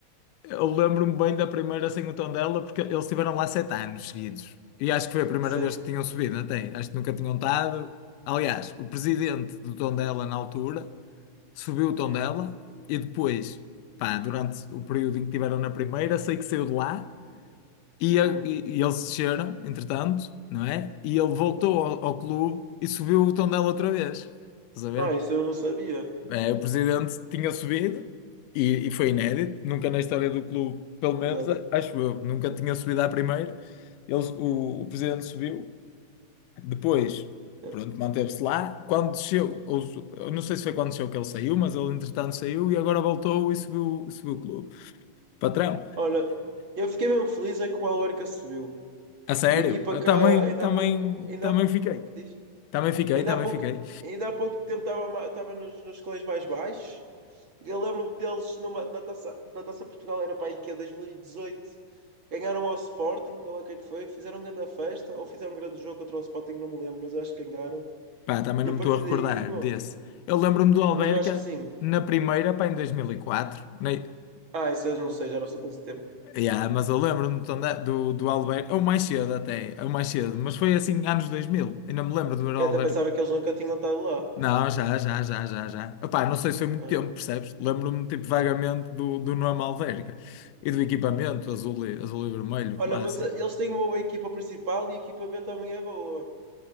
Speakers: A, on the left (about 80°); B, on the right (about 45°).
A: eu lembro-me bem da primeira sem o Tondela, porque eles estiveram lá sete anos seguidos. E acho que foi a primeira
B: Sim.
A: vez que tinham subido, até. Acho que nunca tinham estado. Aliás, o presidente do Tondela na altura subiu o Tondela
B: Hum,
A: e depois pá, durante o período em que estiveram na primeira, sei que saiu de lá E, a-
B: hum.
A: e- e eles desceram, entretanto, não é? E ele
B: Exato.
A: voltou ao, ao clube e subiu o Tondela outra vez. Estás a ver?
B: Ah, isso eu não sabia.
A: É, o presidente tinha subido e, e foi inédito, nunca na história do clube, pelo menos
B: Exato.
A: acho eu, nunca tinha subido à primeira. Eles, o, o presidente subiu, depois,
B: Yeah.
A: pronto, manteve-se lá. Quando desceu, ou, su- eu não sei se foi quando desceu que ele saiu, mas ele entretanto saiu e agora voltou e subiu, subiu o clube. Patrão,
B: Olha, eu fiquei mesmo feliz é que o Alverca subiu.
A: a sério,
B: Uma equipa
A: eu
B: que
A: também,
B: ainda
A: também,
B: há pouco, ainda
A: também
B: há,
A: fiquei.
B: diz?
A: Também fiquei,
B: Ainda
A: também
B: há pouco,
A: fiquei.
B: ainda há pouco tempo estava ma- estava nos, nos escalões mais baixos Eu lembro-me deles numa, na taça, na taça Portugal, era para a IKEA 2018. Ganharam ao Sporting, ou lá o que é que foi, fizeram grande festa, ou fizeram um grande jogo contra o Sporting, não me lembro, mas eu acho que ganharam.
A: Pá, também
B: E
A: não
B: a partir
A: me estou a recordar
B: daí, mano,
A: desse. Eu lembro-me do Alverca
B: mas eu acho que sim.
A: na primeira, pá, em 2004. Nem...
B: Ah, isso eu não sei, já não sou desse tempo.
A: Yeah, mas eu lembro-me então da- do, do alberca ou mais cedo até, ou mais cedo, mas foi assim, anos 2000. Ainda me lembro do ver o
B: Eu
A: alberca
B: até pensava que eles nunca tinham estado lá.
A: Não, já, já, já, já, já. Opá, não sei se foi muito
B: Ah.
A: tempo, percebes? Lembro-me, tipo, vagamente do, do nome Alverca e do equipamento azul e, azul e vermelho,
B: Olha,
A: clássico.
B: mas eh, eles têm uma boa equipa principal e a equipa B também é boa.